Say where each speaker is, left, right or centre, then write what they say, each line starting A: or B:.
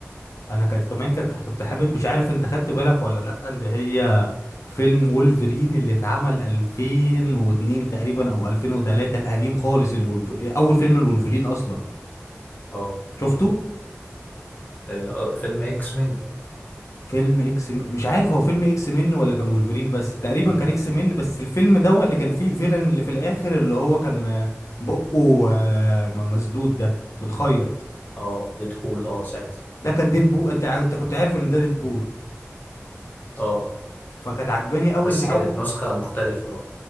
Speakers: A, on the left; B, on the left.
A: انا كانت كمان كانت كنت حابب مش عارف انت خدت بالك ولا لا اللي هي فيلم وولفرين اللي اتعمل 2002 تقريبا او 2003 القديم خالص اللي وولف... اول فيلم الولفرين اصلا
B: اه
A: شفته
B: آه، آه، فيلم اكس مين
A: فيلم اكس م... مش عارف هو فيلم اكس من ولا كان وولفرين بس تقريبا كان اكس من بس الفيلم ده هو اللي كان فيه الفيلن اللي في الاخر اللي هو كان آه، بقه آه، م- مسدود ده متخيط
B: اه ديدبول اه ساعتها
A: ده كان ديدبول انت ع- انت كنت عارف ان ده ديدبول
B: اه
A: فكانت عجباني قوي
B: بس
A: ان او
B: كانت نسخة مختلفة بقى